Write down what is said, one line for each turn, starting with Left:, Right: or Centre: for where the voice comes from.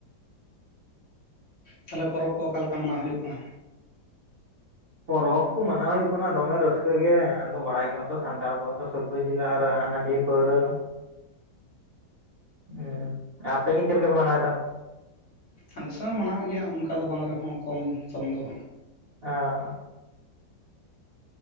Left: ᱛᱟᱦᱚᱞᱮ ᱯᱚᱨᱚᱵᱽ ᱠᱚ, ᱟᱠᱟᱮ ᱞᱮᱠᱟ ᱢᱟᱱᱟᱣ ᱦᱳᱭᱳᱜ ᱠᱟᱱᱟ?
Right: ᱯᱚᱨᱚᱵᱽ ᱠᱚ ᱢᱟᱱᱟᱣ ᱦᱳᱭᱳᱜ ᱠᱟᱱᱟ, ᱫᱚᱢᱮ ᱨᱟᱹᱥᱠᱟᱹ ᱜᱮ, ᱟᱫᱚ ᱵᱟᱲᱟᱭ ᱜᱮᱭᱟᱢ ᱛᱚ, ᱥᱟᱱᱟᱲ ᱠᱚᱣᱟᱜ ᱫᱚ ᱥᱩ ᱥᱩᱠᱨᱤ ᱡᱮᱞ, ᱟᱨ ᱦᱟᱺᱰᱤ ᱯᱟᱹᱣᱨᱟᱹ᱾ ᱦᱩᱸ, ᱟᱯᱮ ᱜᱮ ᱪᱮᱫ ᱞᱮᱠᱟ ᱯᱮ, ᱢᱟᱱᱟᱣ ᱫᱟ?
Left: ᱟᱞᱮᱥᱮᱫ ᱦᱚᱸ ᱢᱟᱱᱟᱣᱮᱫ ᱜᱮᱭᱟ, ᱚᱱᱠᱟ ᱫᱚ ᱵᱟᱝ ᱨᱮᱦᱚᱸ ᱠᱚᱢ ᱥᱚᱢ ᱫᱚ᱾
Right: ᱚ, ᱚ᱾